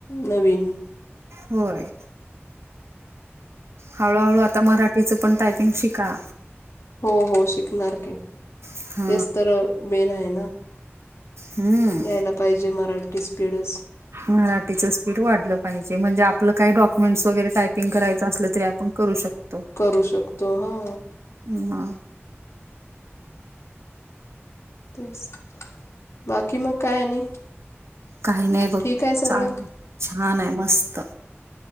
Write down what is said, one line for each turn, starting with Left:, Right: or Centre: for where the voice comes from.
Left: नवीन.
Right: होय हळूहळू आता मराठीचं पण टायपिंग शिका.
Left: हो हो शिकणार की
Right: हा
Left: तेच तर मेन आहे.
Right: हम्म
Left: यायला पाहिजे मराठी स्पीडच
Right: मराठीच स्पीड वाढलं पाहिजे, म्हणजे आपलं काही तरी डॉक्युमेंट्स वगैरे टायपिंग करायचं असलं तरी आपण करू शकतो.
Left: करू शकतो हा.
Right: हम्म हा
Left: तेच, बाकी मग काय आहे आणि
Right: काही नाही बघ
Left: ठीक आहे सगळं?
Right: चालेल छान आहे, मस्त!